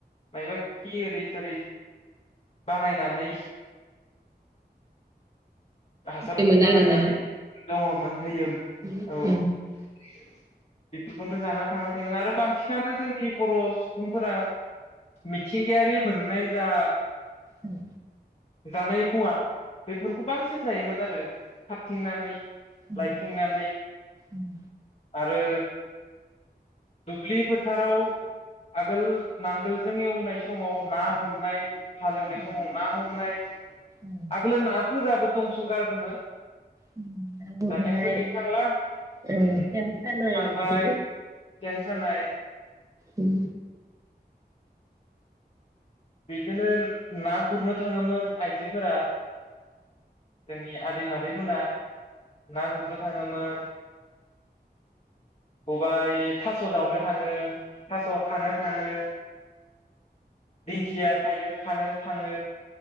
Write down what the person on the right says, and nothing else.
होयोमोन
आरोना
उम
उम
उम
उम
उम
औ
औ
ना गुरनाय
ओ
सेन सानाय
बिदि
उम